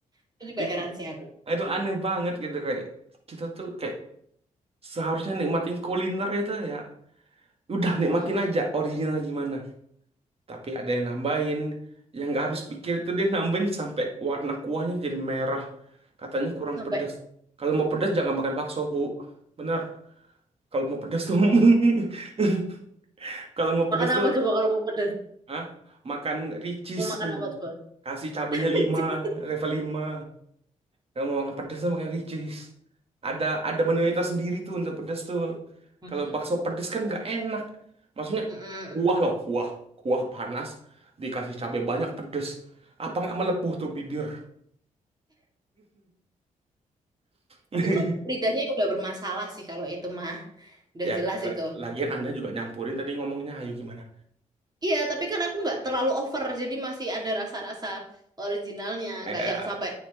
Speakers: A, on the right; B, on the right.
A: itu juga
B: itu
A: heran sih aku
B: itu aneh banget gitu kayak kita tuh kayak seharusnya nikmatin kuliner itu ya. Udah nikmatin
A: Mm-mm.
B: aja original gimana. Tapi ada yang nambahin yang nggak habis pikir itu dia nambahin sampai warna kuahnya jadi merah. Katanya kurang
A: sampai
B: pedas. Kalau mau pedas jangan makan bakso, Bu. Benar. Kalau mau pedas tuh <laughs> kalau mau pedas
A: makan
B: tuh
A: apa coba kalau mau pedes
B: Hah? Makan ricis.
A: mau makan apa coba
B: Kasih cabenya
A: <laughs>
B: lima level 5 kalau mau makan pedes makan ricis. Ada ada menunya tersendiri tuh untuk pedes tuh.
A: Mm.
B: Kalau bakso pedes kan nggak enak. Maksudnya
A: Mm-mm.
B: kuah loh, kuah. Kuah panas dikasih cabai banyak pedes. Apa nggak melepuh tuh bibir? <laughs>
A: Itu lidahnya ya udah bermasalah sih kalau itu mah. Udah
B: Ya,
A: jelas
B: la-
A: itu.
B: lagian Anda juga nyampurin tadi ngomongnya, ayo gimana?
A: Iya, tapi kan aku nggak terlalu over. Jadi masih ada rasa-rasa originalnya.
B: Eh,
A: Nggak yang sampai